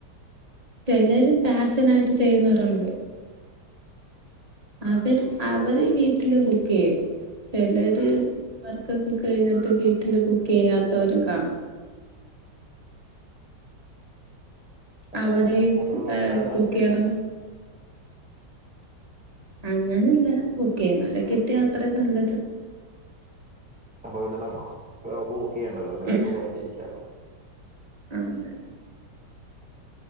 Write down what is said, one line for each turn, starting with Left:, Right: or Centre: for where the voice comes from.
Right: ചിലര് ഫാഷന് ആയിട്ട് ചെയ്യുന്നവരുണ്ട് അവര് അവര് വീട്ടിലും കുക്ക് ചെയ്യും ചിലര് വർക്കൊക്കെ കഴിഞ്ഞിട്ട് വീട്ടില് കുക്ക് ചെയ്യാത്തവരും കാണും
Centre: അപ്പൊ
Right: അവിടെ
Centre: നമ്മളെ പോലെുള്ളവരെയാണ് താല്പര്യം
Right: കുക്ക് ചെയ്യണം അങ്ങനെല്ല കുക്ക് ചെയ്യുന്നവര കിട്ടിയ അത്ര നല്ലത്
Centre: അപ്പൊ പിന്നെ നമുക്ക് കുക്ക് ചെയ്യണ്ടല്ലോ അല്ലെ
Right: ഉം
Centre: സുഖമായിട്ടിരിക്കാലോ
Right: ആ അതെ